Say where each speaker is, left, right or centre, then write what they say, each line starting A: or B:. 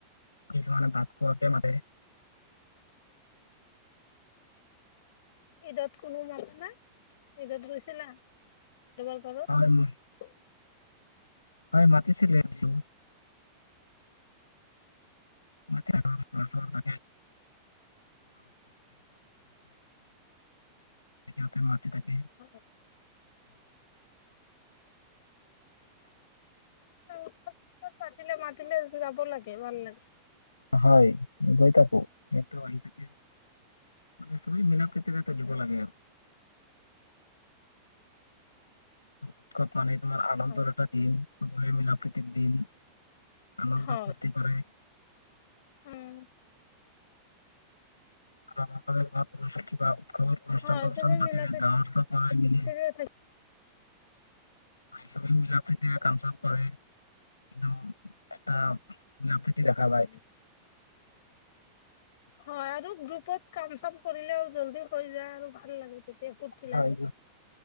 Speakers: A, on the left (about 80°); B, on the left (about 55°).
A: কিছুমানে ভাত খোৱাকে মাতে।
B: <inaudible> ঈদত কোনো মাতা নাই? ঈদত গৈছিলা? <unintelligible>
A: হয় ম হয়, মাতিছিলে গৈছো। <unintelligible> সিহঁতে মাতি থাকে।
B: অ। উৎসৱ সুতসব পাতিলে, মাতিলে যাব লাগে ভাল লাগে।
A: হয় গৈ থাকো সিহঁতেও আহি থাকে মানে চবেই মিলা প্ৰীতিৰে চলিব লাগে আৰু। <unintelligible> তোমাৰ আনন্দৰ
B: হয়
A: এটা দিন সকলোৱে মিলা প্ৰীতিৰ দিন আনন্দ
B: হয়
A: ফূৰ্তি কৰে।
B: উম।
A: <unintelligible> কিবা উৎসৱৰ অনুষ্ঠান
B: হয়
A: প্ৰষ্ঠান
B: চবে
A: পাতিলে
B: মিলা
A: গাঁৱৰ চব লৰাই মিলি
B: প্ৰীতিৰে
A: সবেই মিলা প্ৰীতিৰে কাম চাম কৰে। একদম এটা মিলা প্ৰীতি
B: থাকে
A: দেখা যায়।
B: হয়, আৰু গ্ৰুপত কাম চাম কৰিলেও জল্দি হৈ যায় আৰু ভাল লাগে। তেতিয়া ফূৰ্তি
A: হয়
B: লাগে।